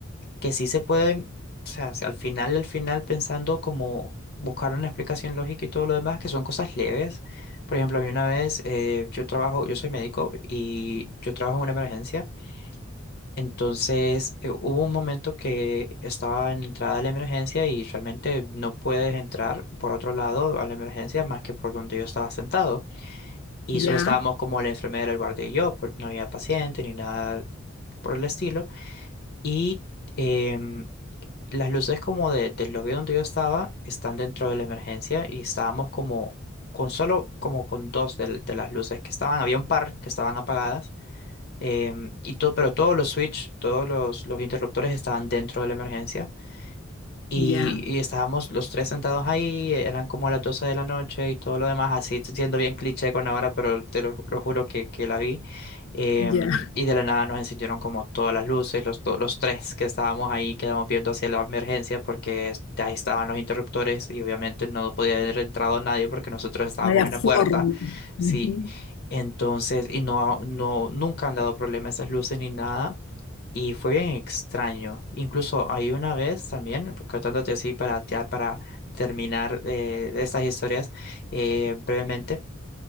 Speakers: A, on the left; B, on the left.
A: que sí se pueden, o sea, si al final, al final pensando como buscar una explicación lógica y todo lo demás, que son cosas leves. Por ejemplo, a mí una vez, eh, yo trabajo, yo soy médico y yo trabajo en una emergencia. Entonces, eh, hubo un momento que estaba en la entrada de la emergencia y realmente no puedes entrar por otro lado a la emergencia más que por donde yo estaba sentado. Y
B: Ya,
A: solo estábamos como la enfermera, el guardia y yo, porque no había paciente ni nada por el estilo. Y... em, las luces como de, del lobby donde yo estaba están dentro de la emergencia y estábamos como con solo como con dos del- de, las luces que estaban. Había un par que estaban apagadas em, y todo, pero todos los switch, todos los, los interruptores estaban dentro de la emergencia. Y,
B: ya,
A: y estábamos los tres sentados ahí, eran como las 12 de la noche y todo lo demás, así siendo bien cliché con ahora, pero te lo, lo juro que, que la vi. Em,
B: ya.
A: y de la nada nos encendieron como todas las luces, los, to- los tres que estábamos ahí, quedamos viendo hacia la emergencia porque es- ahí estaban los interruptores y obviamente no podía haber entrado nadie porque nosotros estábamos
B: No había
A: en
B: forma.
A: la puerta.
B: Ujú.
A: Sí, entonces, y no, no, nunca han dado problema esas luces ni nada. Y fue bien extraño. Incluso hay una vez también, contándote así para, ya para terminar eh, de estas historias eh, brevemente,